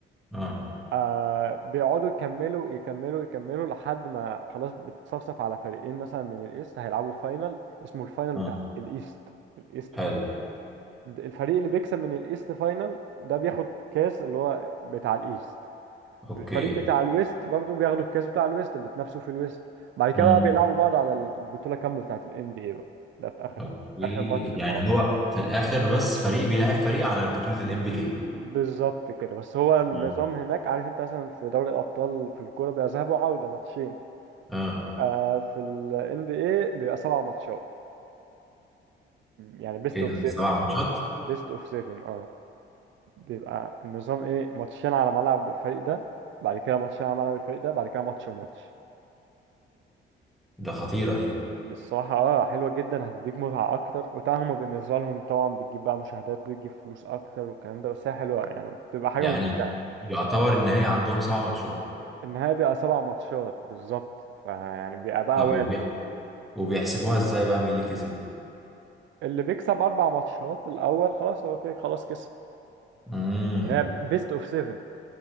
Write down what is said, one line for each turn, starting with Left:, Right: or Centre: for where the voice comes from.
Centre: اه
Right: آه بيقعدوا يكملوا يكملوا يكملوا لحد ما خلاص بتتصفصف على فريقين مثلا من الايست هيلعبوا فاينل اسمه الفاينل
Centre: اه
Right: بتاع الايست الايست
Centre: حلو
Right: فاينل الفريق اللي بيكسب من الايست فاينل ده بياخد كاس اللي هو بتاع الايست
Centre: اوكي
Right: والفريق بتاع الويست برضه بياخدوا الكاس بتاع الويست اللي اتنافسوا في الويست بعد كده
Centre: امم
Right: بقى بيلعبوا بعض على البطولة كاملة بتاعت ال NBA بقى ده في اخر
Centre: اوكي
Right: اخر ماتش
Centre: يعني
Right: خالص
Centre: هو في الآخر بس فريق بيلعب فريق على بطولة ال NBA
Right: بالظبط كده بس هو النظام
Centre: امم
Right: هناك عارف انت مثلا في دوري الابطال في الكوره بيبقى ذهاب وعوده ماتشين
Centre: اه
Right: آه في ال NBA بيبقى سبع ماتشات يعني بيست
Centre: ايه
Right: اوف
Centre: ده
Right: 7
Centre: سبع ماتشات
Right: بيست اوف 7 اه بيبقى النظام ايه ماتشين على ملعب الفريق ده بعد كده ماتشين على ملعب الفريق ده بعد كده ماتش وماتش
Centre: ده خطيرة دي
Right: الصراحة اه حلوة جدا هتديك متعة أكتر وطبعا هما بالنسبة لهم طبعا بتجيب بقى مشاهدات بتجيب فلوس أكتر والكلام ده بس هي حلوة يعني بتبقى حاجة
Centre: يعني
Right: ممتعة
Centre: يعتبر النهائي عندهم سبع ماتشات
Right: النهاية بيبقى سبع ماتشات بالظبط فيعني بيبقى بقى
Centre: طب
Right: والع
Centre: وبي... وبيحسبوها ازاي بقى مين اللي كسب
Right: اللي بيكسب أربع ماتشات الأول خلاص هو كده خلاص كسب
Centre: امم
Right: يعني هي بيست أوف 7